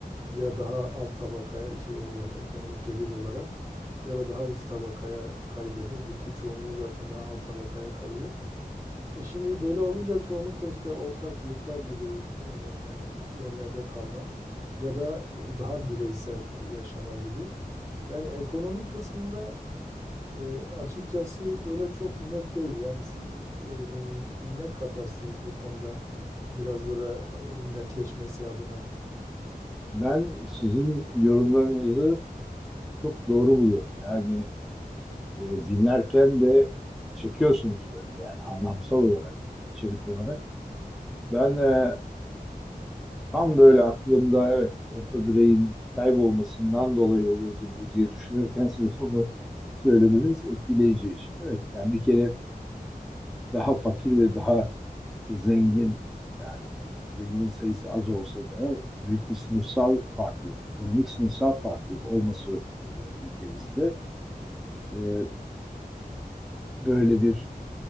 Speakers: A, on the right; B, in the centre.
A: ya daha alt tabakaya şey olarak ekonomik gelir olarak ya da daha üst tabakaya kaydığını ve ki çoğunluğu zaten daha alt tabakaya kayıyor. E şimdi böyle olunca çoğunlukla işte ortak yurtlar gibi e, yerlerde kalma ya da e, daha bireysel yaşama gibi. Yani ekonomi kısmında e, açıkçası böyle çok net değil. Yani siz e, ne katarsınız bu konuda biraz böyle e, netleşmesi adına?
B: Ben sizin yorumlarınızı çok doğru buluyorum. Yani e, dinlerken de çekiyorsunuz böyle yani anlamsal olarak, içerik olarak. Ben e, tam böyle aklımda evet orta direğin kaybolmasından dolayı oluyordur bu diye düşünürken siz onu söylemeniz etkileyici iş. Evet yani bir kere daha fakir ve daha zengin yani zengin sayısı az olsa da büyük bir sınıfsal farklılık, ekonomik sınıfsal farklılık olması e, ülkemizde e, böyle bir